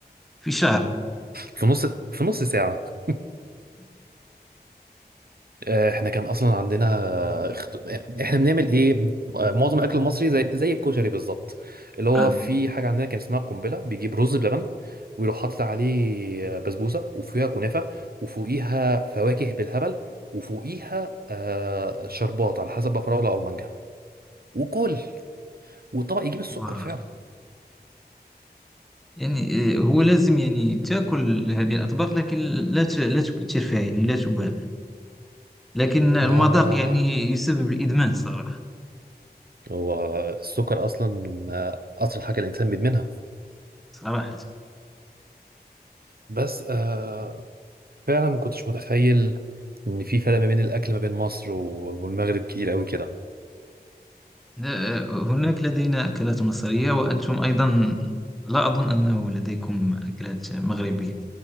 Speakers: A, in the centre; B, on the right (about 65°).
A: في شهر
B: في نص في نص ساعه آه، احنا كان اصلا عندنا اخت- احنا بنعمل ايه آه، معظم الاكل المصري زي زي الكشري بالظبط اللي هو
A: آه.
B: في حاجه عندنا كان اسمها قنبله بيجيب رز بلبن ويروح حاطط عليه بسبوسه وفيها كنافه وفوقيها فواكه بالهبل وفوقيها آه، شربات على حسب بقى فراوله او مانجا وكل والطبق يجيب السكر
A: واو.
B: فعلا
A: يعني آه، هو لازم يعني تأكل هذه الأطباق لكن لا ت- لا تكثر فيها يعني لا تبالغ لكن المذاق
B: يا
A: يعني يسبب الإدمان صراحة
B: هو السكر اصلا آه، اسرع حاجه الانسان بيدمنها
A: صراحة
B: بس آه، فعلا ما كنتش متخيل ان في فرق ما بين الاكل ما بين مصر و- والمغرب كتير قوي كده
A: لا، آه، هناك لدينا أكلات مصرية وأنتم أيضا لا أظن أنه لديكم أكلات مغربية